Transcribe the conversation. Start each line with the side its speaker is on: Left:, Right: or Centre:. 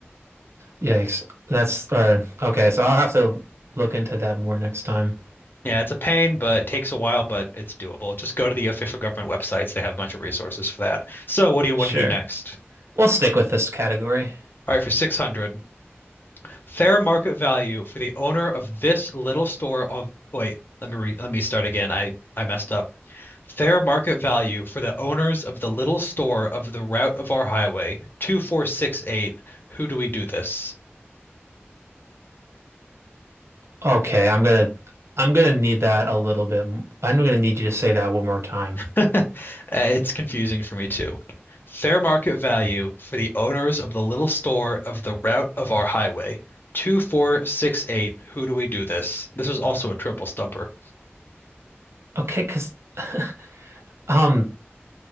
Right: Yikes! That's uh, okay. So I'll have to look into that more next time.
Left: Yeah, it's a pain, but it takes a while, but it's doable. Just go to the official government websites. They have a bunch of resources for that. So, what do you want
Right: Sure,
Left: to do next?
Right: we'll stick with this category.
Left: All right, for 600, fair market value for the owner of this little store of wait, let me re, let me start again. I I messed up. Fair market value for the owners of the little store of the route of our highway, 2468. Who do we do this?
Right: Okay, I'm gonna I'm gonna need that a little bit. m- I'm gonna need you to say that one more time.
Left: <laughs> It's confusing for me too. Fair market value for the owners of the little store of the route of our highway. 2468. Who do we do this? This was also a triple stumper.
Right: Okay, because <sighs> um,